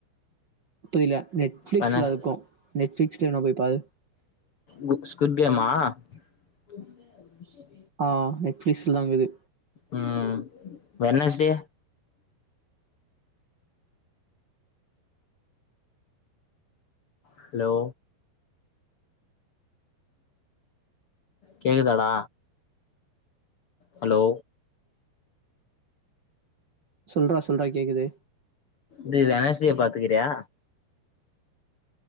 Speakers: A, on the right; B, on the left.
A: புரில நெட்பிளிக்ஸ்ல
B: வெனஸ்
A: இருக்கு நெட்பிளிக்ஸ்ல வேனா போய் பாரு
B: கு ஸ்குவிட் <unintelligible>
A: ஆ நெட்பிளிக்ஸ்லதா இருக்குது
B: உம் வெனஸ்டே ஹலோ கேக்குதாடா ஹலோ
A: சொல்றா சொல்றா கேக்குது
B: டேய் வெனஸ்டே பாத்துக்றியா